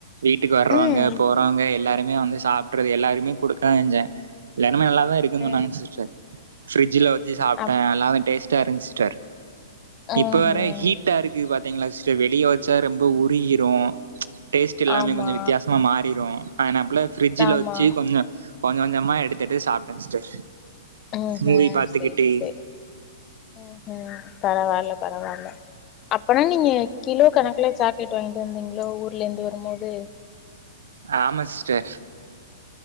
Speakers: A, on the right; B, on the left.
A: வீட்டுக்கு வர்றவங்க
B: ம்
A: போறவங்க எல்லாருமே வந்து சாப்ட்றது எல்லாருமே குடுக்கதா செஞ்சே எல்லாருமே நல்லா ல்லா இருக்குன்னு
B: அ
A: சொன்னாங்க சிஸ்டர் பிரிட்ஜ்ல வெச்சு சாப்ட்டே
B: அப்
A: நல்லா டேஸ்டா இருந்துச்சு சிஸ்டர்
B: ம்
A: இப்போ வேற
B: ம்
A: ஹீட்டா இருக்கு பாத்தீங்களா சிஸ்டர் வெளிய வெச்சா ரொம்ப உருகிரு ம் டேஸ்ட் எல்லாமே
B: ஆமா
A: கொஞ்ச வித்தியாசமா மாறிடு அதனாப்புல ஃப்ரிட்ஜ்ல
B: ஆமா
A: வெச்சு கொஞ்சோ கொஞ்ச கொஞ்சமா எடுத்து எடுத்து சாப்ட்டே சிஸ்டர்
B: ம்
A: மூவி
B: ம்
A: பாத்துக்கிட்டு
B: சேரி சேரி ம் ம் பரவால்ல பரவால்ல அப்பனா நீங்க கிலோ கணக்குல சாக்லேட் டங்ட்டு வந்தீங்ளோ ஊர்லேந்து வரும்போது
A: ஆமா சிஸ்டர்